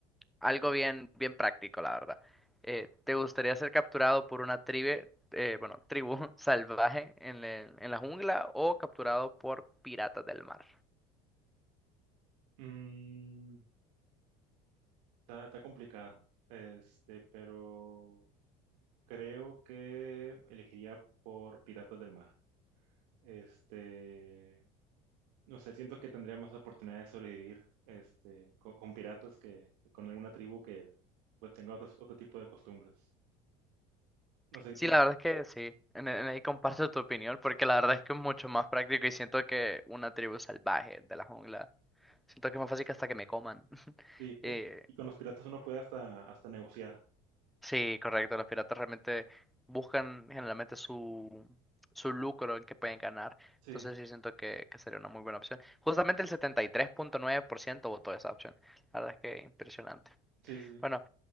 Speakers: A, in the centre; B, on the right.
A: algo bien, bien práctico, la verdad. Eh, ¿te gustaría ser capturado por una tribe, eh, bueno, tribu <laughs> salvaje en, la- en la jungla o capturado por piratas del mar?
B: Mm, está, está complicado, este, pero creo que elegiría por Piratas del Mar. Este, no sé, siento que tendría más oportunidad de sobrevivir, este, co- con, piratas que con alguna tribu que pues tenga otros- otro tipo de costumbres. No sé qué
A: Sí,
B: piensas.
A: la verdad es que sí, en, en ahí comparto tu opinión, porque la verdad es que es mucho más práctico y siento que una tribu salvaje de la jungla, siento que es más fácil que hasta que me coman. <laughs>
B: Sí,
A: Eh,
B: eh, y con los piratas uno puede hasta, hasta negociar.
A: Sí, correcto. Los piratas realmente buscan generalmente su, su lucro en que pueden ganar.
B: Sí,
A: Entonces sí siento que, que sería una muy buena opción. Justamente el 73.9% votó esa opción. La verdad es que impresionante.
B: sí, sí.
A: Bueno,